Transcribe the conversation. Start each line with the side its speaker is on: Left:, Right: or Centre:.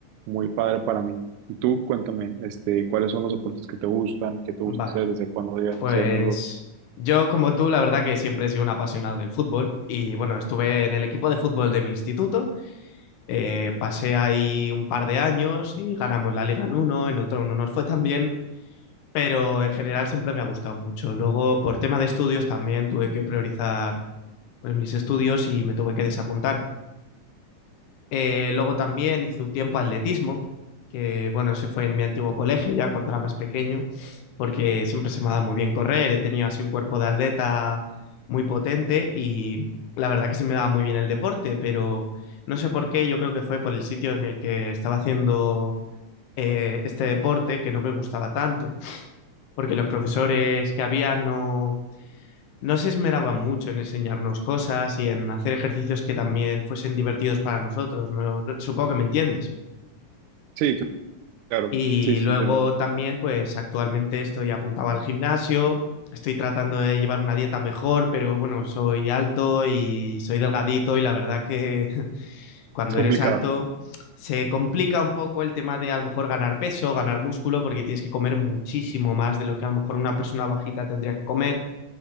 Right: muy padre para mí. Y tú, cuéntame, este, ¿cuáles son los deportes que te gustan, que te
Left: Vale,
Right: gusta hacer, desde cuándo llevas
Left: pues
Right: haciéndolos?
Left: yo como tú, la verdad que siempre he sido un apasionado del fútbol y bueno, estuve en el equipo de fútbol de mi instituto, eh, pasé ahí un par de años y ganamos la Liga en uno, en otro no nos fue tan bien pero en general siempre me ha gustado mucho. Luego, por tema de estudios, también tuve que priorizar pues, mis estudios y me tuve que desapuntar. Eh, luego también hice un tiempo atletismo, que bueno, ese fue en mi antiguo colegio ya cuando era más pequeño, porque siempre se me ha dado muy bien correr, he tenido así un cuerpo de atleta muy potente y la verdad que se me daba muy bien el deporte, pero no sé por qué, yo creo que fue por el sitio en el que estaba haciendo eh, este deporte que no me gustaba tanto porque los profesores que había no, no se esmeraban mucho en enseñarnos cosas y en hacer ejercicios que también fuesen divertidos para nosotros, ¿no? No, Supongo que me entiendes.
Right: Sí, claro,
Left: Y
Right: sí, sí
Left: luego
Right: se entiende.
Left: también, pues actualmente estoy apuntado al gimnasio, estoy tratando de llevar una dieta mejor, pero bueno, soy alto y soy delgadito y la verdad que <laughs> cuando
Right: Es complicado.
Left: eres alto se complica un poco el tema de a lo mejor ganar peso, ganar músculo, porque tienes que comer muchísimo más de lo que a lo mejor una persona bajita tendría que comer.